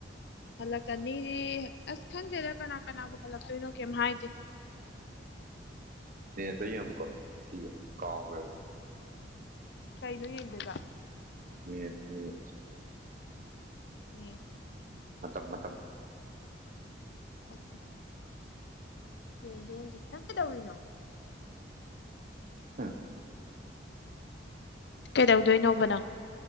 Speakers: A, on the left (about 65°); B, on the right (about 45°).
A: ꯍꯜꯂꯛꯀꯅꯤꯗꯤ ꯑꯁ ꯈꯪꯗꯦꯗ ꯀꯅꯥ ꯀꯅꯥꯕꯨ ꯍꯜꯂꯛꯇꯣꯏꯅꯣ ꯀꯩꯝ ꯍꯥꯏꯗꯦ
B: <unintelligible> <unintelligible> ꯀꯥꯎꯒ꯭ꯔꯦꯕ
A: ꯀꯩꯗ ꯌꯦꯡꯗꯨꯢꯕ
B: ꯃꯤꯠ <unintelligible> <unintelligible>
A: ꯅꯦꯠ
B: ꯃꯇꯝ ꯃꯇꯝ
A: ꯑꯣꯀꯦ ꯌꯦꯡꯒꯦ ꯌꯦꯡꯒꯦ ꯅꯪ ꯀꯩꯗꯧꯔꯤꯅꯣ
B: ꯑꯝ
A: ꯀꯩꯗꯧꯗꯣꯏꯅꯣꯕ ꯅꯪ